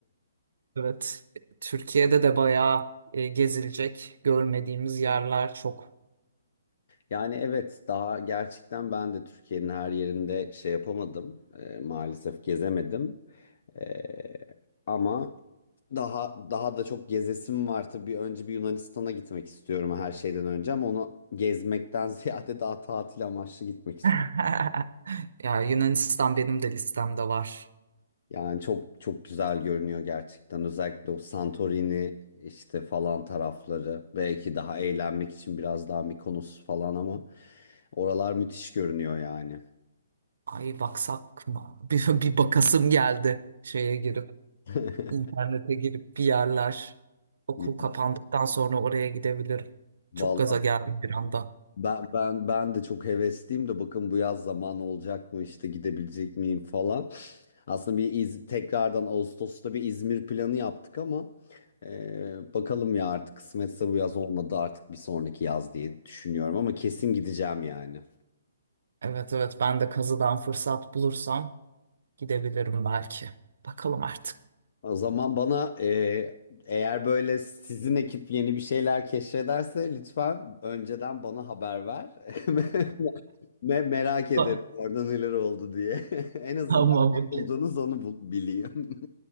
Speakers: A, on the right (about 75°); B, on the left (about 40°).
A: Evet, Türkiye'de de bayağı e, gezilecek görmediğimiz yerler çok.
B: Yani evet daha gerçekten ben de Türkiye'nin her yerinde şey yapamadım. Ee, maalesef gezemedim. Ee, ama daha daha da çok gezesim var tabii. Önce bir Yunanistan'a gitmek istiyorum her şeyden önce ama onu gezmekten <laughs> ziyade daha tatil amaçlı gitmek istiyorum.
A: <laughs> Ya Yunanistan benim de listemde var.
B: Yani çok çok güzel görünüyor gerçekten. Özellikle o Santorini işte falan tarafları. Belki daha eğlenmek için biraz daha Mikonos falan ama oralar müthiş görünüyor yani.
A: Ay baksak mı? <laughs> Bir, bir bakasım geldi şeye girip,
B: <laughs>
A: internete
B: <laughs>
A: girip bir yerler. Okul
B: Ya,
A: kapandıktan sonra oraya gidebilirim.
B: vallahi
A: Çok gaza geldim bir anda.
B: ben ben ben de çok hevesliyim de bakın bu yaz zaman olacak mı işte gidebilecek miyim falan. Aslında bir İz- tekrardan Ağustos'ta bir İzmir planı yaptık ama e, bakalım ya artık kısmetse bu yaz olmadı artık bir sonraki yaz diye düşünüyorum ama kesin gideceğim yani.
A: Evet evet ben de kazıdan fırsat bulursam gidebilirim belki. Bakalım artık.
B: O zaman bana e, eğer böyle sizin ekip yeni bir şeyler keşfederse lütfen önceden bana haber ver. <laughs> Me merak ederim
A: <laughs>
B: orada neler oldu diye. <laughs> En azından
A: Tamam okey.
B: ne buldunuz onu bul- bileyim.